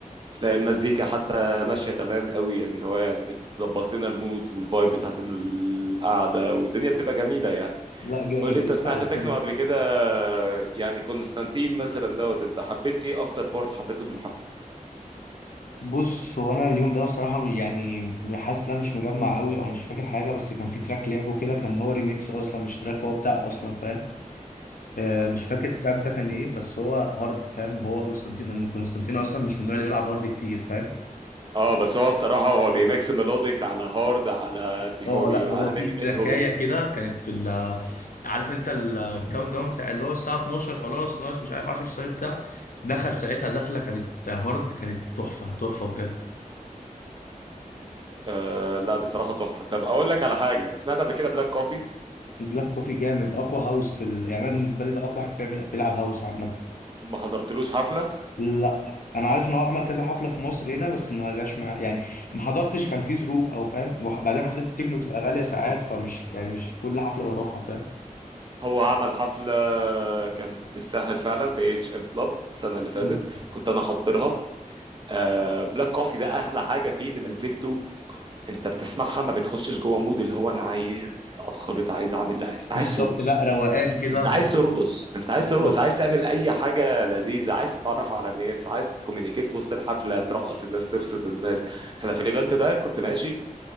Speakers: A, on the right (about 35°); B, on the left (about 75°).
A: تلاقي المزيكا حتى ماشيه تمام قوي يعني اللي هو يعني بتظبط لنا المود والفايب بتاعت القعده والدنيا بتبقى جميله يعني
B: لا جامد
A: قول لي انت
B: يا اسطى
A: سمعت
B: عجبتني
A: تكنو قبل كده يعني كونستانتين مثلا دوت انت حبيت ايه اكتر بارت حبيته في الحفله
B: بص هو انا اليوم ده بصراحه يعني حاسس ان انا مش مجمع قوي او مش فاكر حاجه بس كان في تراك لعبه كده كان هو ريميكس اصلا مش تراك هو بتاعه اصلا فاهم آه مش فاكر التراك ده كان ايه بس هو هارد فاهم هو قسطنطين من قسطنطين اصلا مش من النوع اللي بيلعب هارد كتير فاهم
A: اه بس هو بصراحة هو بيميكس ميلوديك على هارد على بي
B: اه
A: هو بي
B: لا هو
A: على
B: في
A: مينيمال
B: تراكايه
A: هو بي
B: كده كانت في ال عارف انت الكاونت داون بتاع اللي هو الساعه 12 خلاص ناقص مش عارف 10 ثواني بتاع دخل ساعتها دخله كانت هارد كانت تحفه تحفه بجد
A: آه لا بصراحة تحفة طب اقول لك على حاجة سمعت قبل كده بلاك كوفي
B: بلاك كوفي جامد اقوى هاوس في ال... يعني انا بالنسبه لي ده اقوى واحد بيعمل بيلعب هاوس عامه
A: ما حضرتلوش حفلة
B: لا انا عارف ان هو عمل كذا حفله في مصر هنا بس ما جاش مع يعني ما حضرتش كان في ظروف او فاهم وبعدين حفلات التكنو بتبقى غاليه
A: <clears throat>
B: ساعات فمش يعني مش كل حفله بروحها فاهم
A: هو عمل حفلة كان في الساحل فعلا في اتش ام كلاب السنة اللي فاتت
B: مم.
A: كنت انا حاضرها آه بلاك كوفي ده احلى حاجة فيه ان مزيكته انت بتسمعها ما بتخشش جوه مود اللي هو انا عايز اتخبط عايز اعمل لا انت
B: بالظبط
A: عايز ترقص
B: لا روقان كده
A: انت
B: هدوء.
A: عايز ترقص انت عايز
B: بالظبط
A: ترقص عايز تعمل اي حاجه لذيذه عايز تتعرف على ناس عايز تكومينيكيت في وسط الحفله ترقص الناس تبسط الناس انا في الايفنت ده كنت ماشي